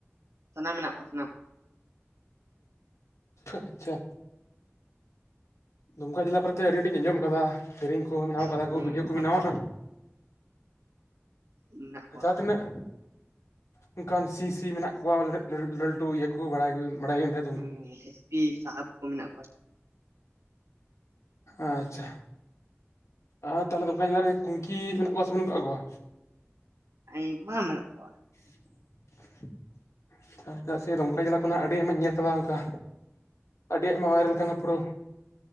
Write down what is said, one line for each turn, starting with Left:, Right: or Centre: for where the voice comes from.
Right: ᱥᱟᱱᱟᱢ ᱢᱮᱱᱟᱜ ᱠᱚᱣᱟ ᱥᱟᱱᱟᱢ᱾
Left: ᱟᱪᱪᱷᱟ᱾ ᱫᱩᱢᱠᱟ ᱡᱮᱞᱟ ᱠᱚᱨᱮᱛᱮ ᱟᱹᱰᱤ ᱟᱸᱴᱤᱧ ᱟᱸᱡᱚᱢ ᱟᱠᱟᱫᱟ ᱥᱤᱨᱮᱧ ᱠᱩ᱾ ᱵᱮᱱᱟᱣ ᱠᱟᱫᱟ
Right: ᱦᱮᱸ
Left: ᱠᱚ ᱵᱷᱤᱰᱭᱳ ᱠᱚ
Right: ᱥᱟᱱᱟᱢ
Left: ᱵᱮᱱᱟᱣᱟ
Right: ᱢᱮᱱᱟᱜ ᱠᱚᱣᱟ
Left: ᱡᱟᱦᱟ ᱛᱤᱱᱟᱹᱜ ᱚᱱᱠᱟᱱ ᱥᱤ ᱥᱤ ᱢᱮᱱᱟᱜ ᱠᱚᱣᱟ᱾ ᱞᱟᱹᱴᱩ ᱤᱭᱟᱹ ᱠᱩ ᱵᱟᱲᱟᱭ ᱵᱟᱲᱟᱭ ᱚᱸᱰᱮᱼᱼ
Right: ᱦᱚ ᱮᱥᱯᱤ ᱥᱟᱦᱮᱵ ᱠᱚ ᱢᱮᱱᱟᱜ ᱠᱚᱣᱟ᱾
Left: ᱟᱪᱪᱷᱟ᱾ ᱟᱨ ᱛᱟᱦᱚᱞᱮ ᱫᱩᱢᱠᱟ ᱡᱮᱞᱟ ᱨᱮ, ᱠᱩᱝᱠᱤ ᱢᱮᱱᱟᱜ ᱠᱚᱣᱟ ᱥᱮ ᱵᱟᱹᱱᱩᱜ ᱠᱟᱜ ᱠᱚᱣᱟ?
Right: ᱟᱭᱢᱟ ᱢᱮᱱᱟᱜ ᱠᱚᱣᱟ
Left: <inaudible> ᱟᱪ ᱪᱮᱫᱟᱜ ᱥᱮ ᱫᱚᱝᱠᱟ ᱡᱮᱞᱟ ᱠᱷᱚᱱᱟᱜ ᱟᱹᱰᱤ ᱟᱭᱢᱟᱧ ᱧᱮᱞ ᱟᱠᱟᱫᱟ᱾ ᱚᱱᱠᱟ ᱟᱹᱰᱤ ᱟᱭᱢᱟ ᱵᱷᱟᱭᱨᱟᱞ ᱠᱟᱱᱟ᱾ ᱯᱩᱨᱟᱹ